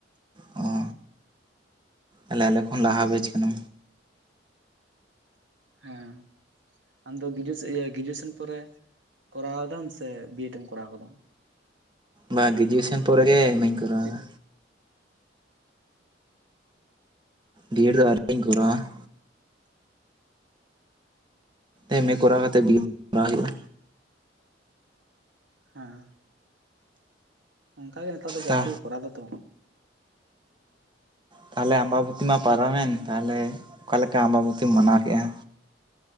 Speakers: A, on the right; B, on the right.
A: ᱚ ᱟᱞᱮ ᱟᱞᱮ ᱠᱷᱚᱱ ᱞᱟᱦᱟᱵᱮᱡ ᱠᱟᱱᱟ᱾
B: ᱦᱮᱸ ᱟᱢ ᱫᱚ ᱜᱮᱨᱮᱡᱩᱭᱮᱥᱚᱱ ᱯᱚᱨᱮ ᱠᱚᱨᱟᱣ ᱫᱟᱢ ᱥᱮ ᱵᱤᱮᱰ ᱮᱢ ᱠᱚᱨᱟᱣ ᱠᱟᱫᱟ?
A: ᱵᱟ ᱜᱨᱮᱡᱩᱭᱮᱥᱚᱱ ᱯᱚᱨᱮᱜᱮ ᱮᱢᱮᱧ ᱠᱚᱨᱟᱣᱫᱟ᱾
B: ᱪᱮᱫ
A: ᱰᱤᱭᱮᱴ ᱫᱚ ᱟᱣᱨᱤᱧ ᱠᱚᱨᱟᱣᱼᱟ ᱾ ᱮᱢᱮ ᱠᱚᱨᱟᱣ ᱠᱟᱛᱮ ᱵᱤᱨ ᱠᱚᱨᱟᱣ ᱦᱩᱭᱩᱜᱼᱟ᱾
B: ᱦᱮᱸ ᱚᱱᱠᱟ ᱜᱮ ᱱᱮᱛᱟᱨ ᱫᱚ ᱡᱟᱹᱥᱛᱤ
A: ᱛᱟ
B: ᱠᱚᱨᱟᱣ ᱫᱚᱛᱚ᱾
A: ᱛᱟᱦᱚᱞᱮ ᱟᱢᱵᱟᱵᱚᱛᱤ ᱢᱟ ᱯᱟᱨᱚᱢᱮᱱ ᱛᱟᱦᱚᱞᱮ ᱚᱠᱟᱞᱮᱠᱟ ᱟᱢᱵᱟᱵᱚᱛᱤᱢ ᱢᱟᱱᱟᱣ ᱠᱮᱫᱼᱟ?